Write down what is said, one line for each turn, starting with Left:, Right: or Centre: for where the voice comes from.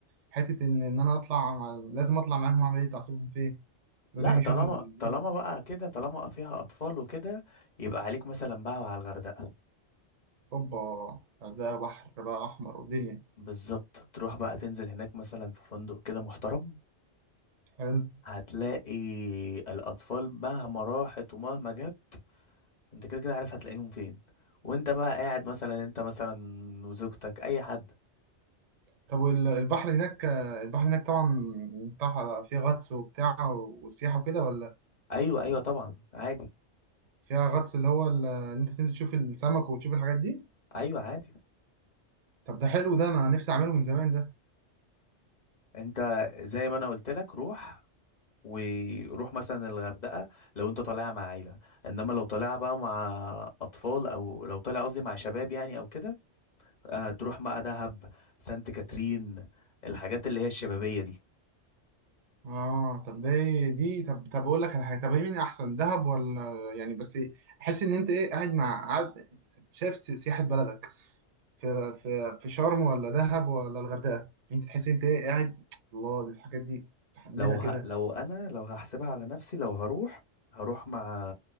Right: حتة إن إن أنا أطلع مع... لازم أطلع معاهم أعمل إيه تعصيبهم فين لازم
Left: لا طالما
Right: يشوفوا الدنيا
Left: طالما بقى كده طالما فيها اطفال وكده يبقى عليك مثلا بقى وعلى الغردقه
Right: أوبا ده بحر بقى أحمر ودنيا
Left: بالظبط تروح بقى تنزل هناك مثلا في فندق كده محترم
Right: حلو
Left: هتلاقي الاطفال مهما راحت ومهما جت انت كده كده عارف هتلاقيهم فين وانت بقى قاعد مثلا انت مثلا وزوجتك اي حد
Right: طب والبحر هناك البحر هناك طبعا بتاع فيه غطس وبتاع وسياحة وكده ولا
Left: ايوه ايوه طبعا عادي
Right: فيها غطس اللي هو ال- اللي انت تنزل تشوف السمك وتشوف الحاجات دي
Left: ايوه عادي
Right: طب ده حلو ده انا نفسي اعمله من زمان ده
Left: انت زي ما انا قلت لك روح وروح مثلا الغردقة لو انت طالعها مع عيلة انما لو طالعها بقى مع اطفال او لو طالع قصدي مع شباب يعني او كده آه تروح بقى دهب سانت كاترين الحاجات اللي هي الشبابية دي
Right: اه طب ده إيه دي طب طب اقول لك على حاجة طب إيه مين احسن دهب ولا يعني بس احس ان انت ايه قاعد مع قاعد شايف س- سياحة بلدك في في في شرم ولا دهب ولا الغردقة انت تحس انت ايه قاعد الله دي الحاجات دي عندنا
Left: لو
Right: كده
Left: ه... لو انا لو هحسبها على نفسي لو هروح هروح مع